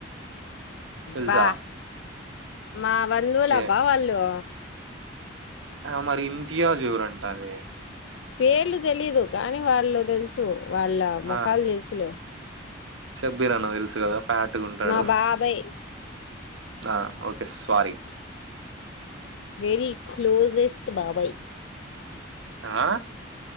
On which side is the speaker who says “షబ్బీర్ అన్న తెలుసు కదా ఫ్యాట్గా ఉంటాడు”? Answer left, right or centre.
Right